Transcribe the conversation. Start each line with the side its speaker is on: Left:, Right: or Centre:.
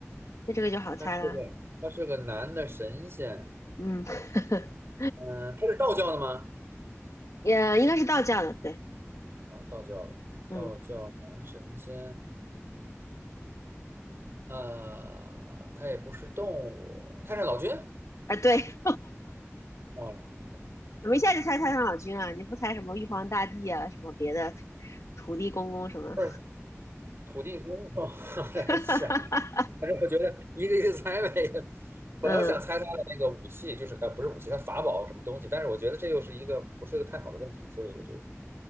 Left: 那这个就好猜了，
Right: 他是个他是个男的神仙，
Left: 嗯，<laughs>
Right: 嗯、他是道教的吗？
Left: 也应该是道教的，对。
Right: 啊、道教的，
Left: 嗯，
Right: 道教男神仙，呃，他也不是动物，太上老君
Left: 啊，对，
Right: 啊，
Left: 怎么一下就猜太上老君啊？你不猜什么玉皇大帝啊，什么别的土土地公公什么？
Right: 不是土地公吗？<laughs> 我在想，
Left: <laughs>
Right: 反正我觉得一个一个猜呗。
Left: 嗯，
Right: 本来我想猜他的那个武器，就是呃，不是武器，他法宝什么东西，但是我觉得这又是一个不是个太好的问题，所以我就